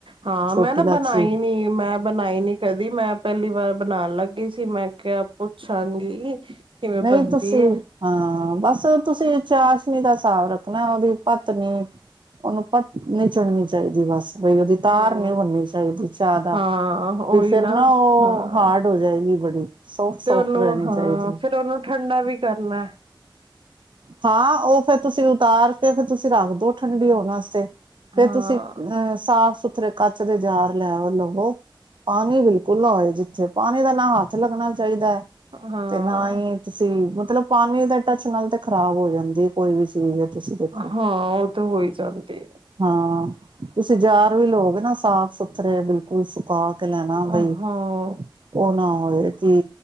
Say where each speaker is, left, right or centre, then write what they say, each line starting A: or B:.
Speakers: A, on the right (about 85°); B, on the right (about 65°).
A: ਹਾਂ
B: ਛੋਟੀ
A: ਮੈਂ ਨਾ
B: ਲਾਚੀ
A: ਬਣਾਈ ਨੀ ਮੈਂ ਬਣਾਈ ਨੀ ਕਦੀ ਮੈਂ ਪੈਲੀ ਵਾਰ ਬਣਾਣ ਲੱਗੀ ਸੀ, ਮੈਂ ਕੇਹਾ ਪੁੱਛਾਂਗੀ। ਕਿਵੇਂ
B: ਨਈ
A: ਬਣਦੀ
B: ਤੁਸੀਂ
A: ਏ
B: ਹਾਂ ਬਸ ਤੁਸੀਂ ਚਾਸ਼ਨੀ ਦਾ ਸਾਬ ਰੱਖਣਾ ਔਦੀ ਪੱਤ ਨੀ ਓਨੂੰ ਪੱਤ ਨਈ ਚੜਨੀ ਚਾਈਦੀ ਬਸ। ਬਈ ਔਦੀ
A: ਹੂੰ
B: ਤਾਰ ਨੀ ਬਣਨੀ ਚਾਈਦੀ ਜਿਆਦਾ
A: ਹਾਂ ਉਹੀ
B: ਵੀ ਫੇਰ ਨਾ ਓ
A: ਹਾਂ
B: ਹਾਰਡ ਹੋ ਜਾਏਗੀ ਬੜੀ। ਸੋਫਟ ਸੋਫਟ
A: 'ਤੇ ਓਨੂੰ
B: ਰਹਿਣੀ
A: ਹਾਂ
B: ਚਾਹੀਦੀ।
A: ਫੇਰ ਓਨੂੰ ਠੰਡਾ ਵੀ ਕਰਨਾ।
B: ਹਾਂ ਉਹ ਫੇਰ ਤੁਸੀਂ ਉਤਾਰ ਕੇ ਫੇਰ ਤੁਸੀਂ ਰੱਖ ਦੋ ਠੰਡੀ ਹੋਣ ਆਸਤੇ।
A: ਹਾਂ
B: ਤੇ ਤੁਸੀਂ ਅਹ ਸਾਫ਼ ਸੁਥਰੇ ਕੱਚ ਦੇ ਜਾਰ ਲੈ ਲਵੋ, ਪਾਣੀ ਬਿਲਕੁਲ ਨਾ ਓਏ ਜਿੱ ਥੇ ਪਾਣੀ ਦਾ ਨਾ ਹੱਥ ਲੱਗਣਾ ਚਾਈਦਾ ਐ
A: ਹਾਂ
B: 'ਤੇ ਨਾ ਈ ਤੁਸੀਂ ਮਤਲਬ ਪਾਣੀ ਦੇ ਟੱਚ ਨਾਲ ਤੇ ਖ਼ਰਾਬ ਹੋ ਜਾਂਦੀ ਏ ਕੋਈ ਵੀ ਚੀਜ਼। ਤੁਸੀਂ ਦੇਖੋ।
A: ਹਾਂ ਓਹ ਤੇ ਹੋਈ ਜਾਂਦੀ ਏ।
B: ਹਾਂ ਤੁਸੀਂ ਜਾਰ ਵੀ ਲੋਗੇ ਨਾ ਸਾਫ਼-ਸੁਥਰੇ ਬਿਲਕੁੱਲ ਸੁਕਾ ਕੇ ਲੈਣਾ
A: ਹਾਂ
B: ਬਈ,
A: ਹਾਂ
B: ਉਹ ਨਾ ਹੋਏ ਕਿ